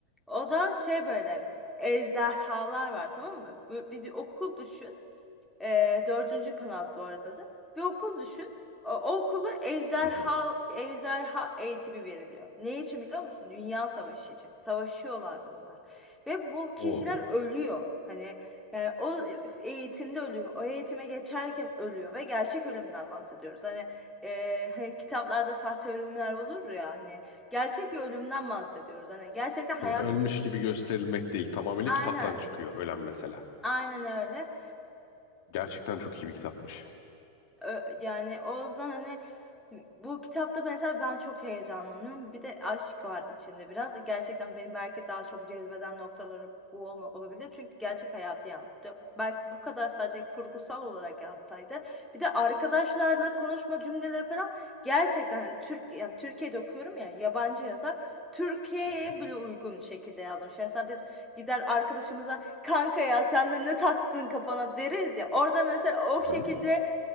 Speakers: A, in the centre; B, on the left (about 45°).
A: O da şey böyle ejderhalar var tamam mı? Bu, bir, bir okul düşün. Ee, dördüncü kanal bu arada da. Bir okul düşün. O, o okula ejderha,
B: Hı hı.
A: ejderha eğitimi veriliyor. Ne için biliyor musun? Dünya savaşı için. Savaşıyorlar bunlar. Ve bu kişiler
B: O.
A: ölüyor. Hani e, o eğitimde ölüyor. O eğitime geçerken ölüyor. Ve gerçek ölümden bahsediyoruz. Hani, e, hani kitaplarda sahte ölümler olur ya. Hani gerçek bir ölümden bahsediyoruz. Hani gerçekten hayatını...
B: Hani ölmüş gibi gösterilmek değil. Tamamıyla
A: Aynen.
B: kitaptan çıkıyor ölen mesela.
A: Aynen öyle.
B: Gerçekten çok iyi bir kitapmış.
A: Ö- Yani o yüzden hani bu kitapta mesela ben çok heyecanlanıyorum. Bir de aşk var içinde biraz. Gerçekten beni belki daha çok cezbeden noktaları bu olma- olabilir. Çünkü gerçek hayatı yansıtıyor. Belki bu kadar sadece kurgusal olarak yazsaydı. Bir de arkadaşlarla konuşma cümleleri falan gerçekten hani Türk yani Türkiye'de okuyorum ya yabancı yazar. Türkiye'ye
B: Hı hı.
A: bile uygun şekilde yazmış. Mesela biz gider arkadaşımıza kanka ya sen de ne taktın kafana deriz ya. Orada mesela o
B: Aha.
A: şekilde